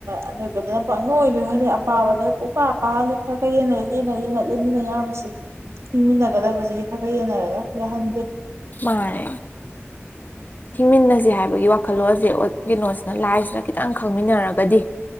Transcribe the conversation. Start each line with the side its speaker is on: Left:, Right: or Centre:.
Right: ꯑꯅꯣꯏꯕꯗꯅ ꯄꯪꯉ ꯑꯣꯏꯗꯣꯏ ꯍꯥꯏꯗꯤ ꯑꯄꯥꯕꯗ ꯎꯄꯥ ꯄꯥꯜ ꯈꯔ ꯈꯔ ꯌꯦꯦꯟꯅ ꯍꯦꯟꯅ ꯌꯦꯟꯅ ꯂꯩꯃꯤꯟꯅ ꯌꯥꯕꯁꯦ ꯍꯤꯡꯃꯤꯟꯅꯒꯗꯕꯁꯤꯒ ꯈꯔ ꯈꯔ ꯌꯦꯟꯅꯔꯒ ꯌꯥꯍꯟ
Left: ꯃꯥꯔꯦ ꯍꯤꯡꯃꯤꯟꯅꯁꯤ ꯍꯥꯏꯕꯒꯤ ꯋꯥꯈꯜꯂꯣꯟꯁꯦ ꯀꯩꯅꯣꯁꯤꯅ ꯂꯥꯏꯁꯤꯅ ꯈꯤꯇꯪ ꯈꯪꯃꯤꯟꯅꯔꯒꯗꯤ